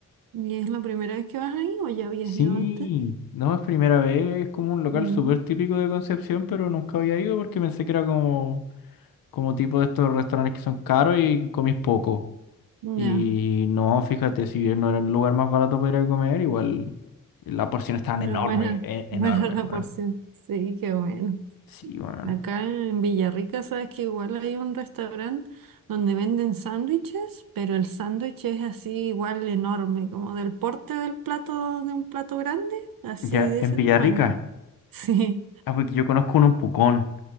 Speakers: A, on the right (about 80°); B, on the left (about 85°).
A: ¿Y es la primera vez que vas ahí o ya habías
B: Sí,
A: ido antes?
B: no es primera vez, es como un local
A: Mm,
B: súper típico de Concepción, pero nunca había ido porque pensé que era como, como tipo de estos restaurantes que son caros y comís poco.
A: ya.
B: Y no, fíjate, si bien no era el lugar más barato para ir a comer, igual la porción estaba
A: Pero
B: enorme,
A: bueno,
B: e-
A: <laughs> buena
B: enorme,
A: la
B: weón.
A: porción. Sí, qué bueno.
B: Sí, weón.
A: Acá en Villarrica, sabes que igual hay un restaurante donde venden sándwiches, pero el sándwich es así igual enorme, como del porte del plato, de un plato grande, así
B: Ya,
A: de
B: en
A: ese
B: Villarrica,
A: tamaño. <laughs> Sí,
B: ah, porque yo conozco un Pucón,